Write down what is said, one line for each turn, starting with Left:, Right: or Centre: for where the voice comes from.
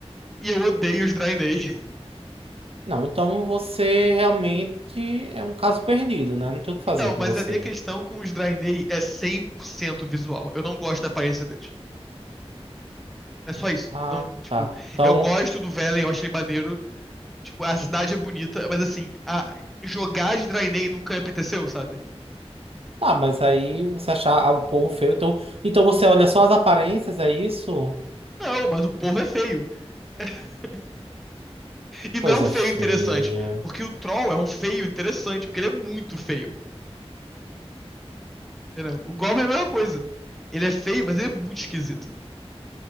Centre: e eu odeio os Draenei. <laughs>
Right: Não, então você realmente é um caso perdido, né? Não tem o que fazer
Centre: Então, mas
Right: com você.
Centre: a minha questão com os Draenei é 100% visual. Eu não gosto da aparência deles. É só isso.
Right: Ah,
Centre: Não, tipo,
Right: tá. Então,
Centre: eu gosto do Velen, eu achei maneiro. Tipo, a cidade é bonita, mas assim, a- jogar de Draenei nunca me apeteceu, sabe?
Right: ah, mas aí você achar ah, o povo feio, então, então você olha só as aparências, é isso?
Centre: Não, mas o povo é feio. <laughs> E
Right: Coisa
Centre: não é um feio
Right: feia.
Centre: interessante. Porque o Troll é um feio interessante, porque ele é muito feio. Entendeu? O Goblin é a mesma coisa. Ele é feio, mas ele é muito esquisito.